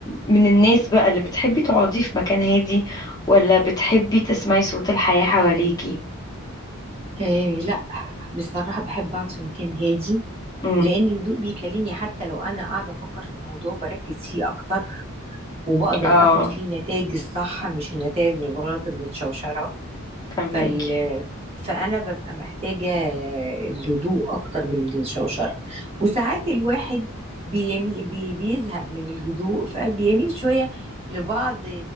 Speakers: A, on the left; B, on the right.
A: من الناس بقى اللي بتحبي تقعدي في مكان هادي ولا بتحبي تسمعي صوت الحياة حواليكي
B: آه لا بصراحة بحب أقعد في مكان هادي
A: امم
B: لأن الهدوء بيكلمني حتى لو أنا قاعدة أفكر في موضوع بركز فيه أكتر وبقدر
A: اه
B: أخد فيه النتائج الصح مش النتائج الغلط المتشوشرة
A: فهماكي
B: فال فانا ببقى محتاجه الهدوء اكتر من الشوشره وساعات الواحد بيمي... بي... بيزهق من الهدوء فبيميل شويه لبعض